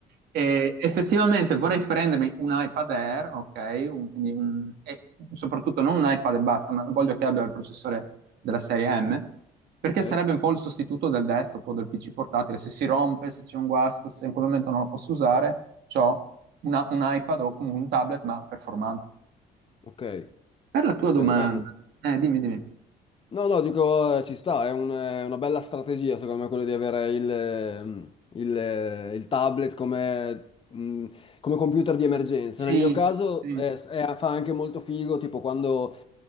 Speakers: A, on the right; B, on the left.
A: E effettivamente vorrei prendermi un iPad Air, ok? Un- quindi un- e soprattutto non un iPad e basta, ma voglio che abbia il processore della serie M, perché
B: Ok,
A: sarebbe un po' il sostituto del desktop o del PC portatile. Se si rompe, se c'è un guasto, se in quel momento non lo posso usare ho una- un iPad o comunque un tablet, ma performante.
B: ok,
A: Per la tua
B: ok.
A: domanda,
B: Eh, no,
A: eh, dimmi, dimmi.
B: No, no, dico, eh, ci sta, è un- è una bella strategia secondo me quello di avere il, ehm, il, eh, il tablet come, mh, come computer di emergenza.
A: Sì,
B: Nel mio caso
A: sì,
B: è- è- fa anche molto figo, tipo quando...